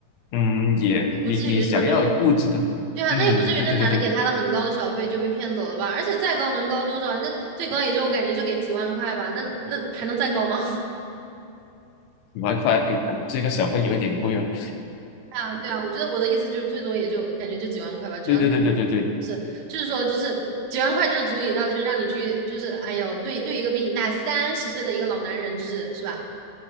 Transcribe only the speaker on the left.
嗯，也你你想要物质的，
嗯，
对对对对，
你蛮快，诶这个小费有一点贵哦。
对对对对对对，